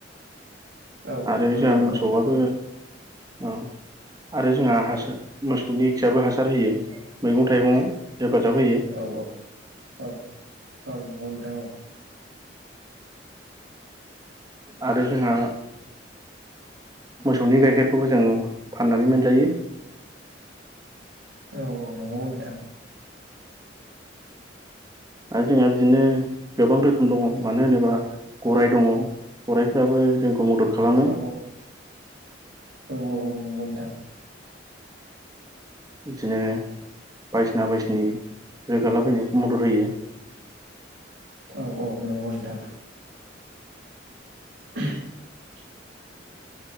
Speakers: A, on the right; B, on the right.
A: औ
B: आरो
A: होयो
B: जोंहा
A: नंगौ
B: मोसौआबो
A: नोंथां
B: औ आरो जोंहा हासार मोसौनि खियाबो हासार होयो मैगं थाइगं हेफाजाब होयो
A: औ औ औ <unintelligible>
B: आरो जोंहा मोसौनि गाइखेरखौबो जों फाननानै मोनजायो
A: औ औ नंगौ नोंथां
B: आरो जोंहा बिदिनो गोबां रोखोम दङ मानो होनोबा गराय दङ गराइफ्राबो जों खौ मदद खालामो
A: औ औ नंगौ नोंथां
B: बिदिनो बायदिसिना बायदिसिनि रोगालाबायनायाव मदद होयो <inaudible>
A: औ औ नंगौ नोंथां <inaudible>